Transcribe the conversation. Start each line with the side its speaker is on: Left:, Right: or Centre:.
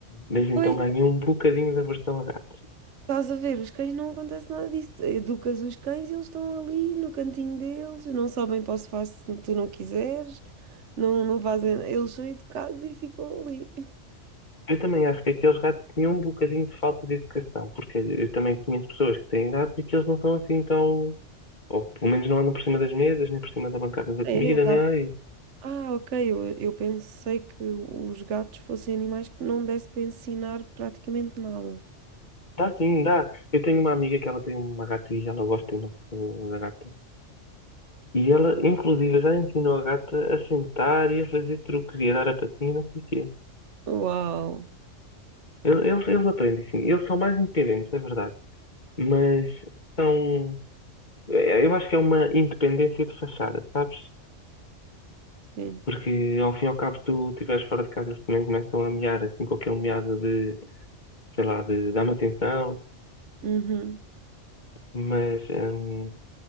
Left: desde então
Right: Pois,
Left: ganhei um bocadinho de aversão a gatos.
Right: estás a ver, os cães não acontece nada disso. Educas os cães e eles estão ali no cantinho deles, não sabem para o sofá se tu não quiseres, não, não fazem. Eles são educados e ficam ali.
Left: Eu também acho que aqueles gatos tinham um bocadinho de falta de educação, porque eu também conheço pessoas que têm gatos e que eles não são assim tão. Ou pelo menos não andam por cima das mesas, nem por cima da bancada da
Right: É,
Left: comida, nem nada disso.
Right: Ah, ok. Eu, eu pensei que os gatos fossem animais que não desse para ensinar praticamente nada.
Left: Dá sim, dá. Eu tenho uma amiga que ela tem uma gata e ela gosta imenso da gata. E ela, inclusive, já ensinou a gata a sentar e a fazer truques e a dar a patinha e não sei o quê.
Right: Uau!
Left: Eles, eles eles aprendem, sim. Eles são mais independentes, é verdade. Mas são. Eu acho que é uma independência de fachada, sabes?
Right: Sim.
Left: Porque ao fim e ao cabo, se tu estiveres fora de casa, eles também começam a miar, assim, com aquele miado de, sei lá, de dar me atenção.
Right: Uhum.
Left: Mas, hum,